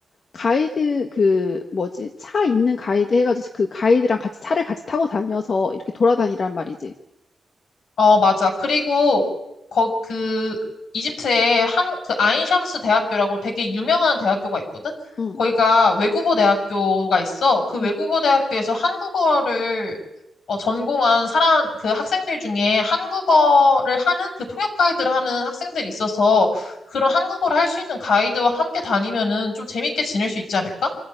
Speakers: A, on the left (about 50°); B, on the left (about 80°).
A: 가이드 그 뭐지? 차 있는 가이드 해가지고 그 가이드랑 같이 차를 같이 타고 다녀서 이렇게 돌아다니란 말이지.
B: 어, 맞아. 그리고, 거, 그, 이집트에 한, 그, 아인샴스 대학교라고 되게 유명한 대학교가 있거든?
A: 응,
B: 거기가 외국어 대학교가 있어. 그 외국어
A: 응,
B: 대학교에서 한국어를 어, 전공한 사람, 그 학생들 중에 한국어를 하는 그 통역 가이드를 하는 학생들이 있어서 그런 한국어를 할 수 있는 가이드와 함께 다니면은 좀 재밌게 지낼 수 있지 않을까?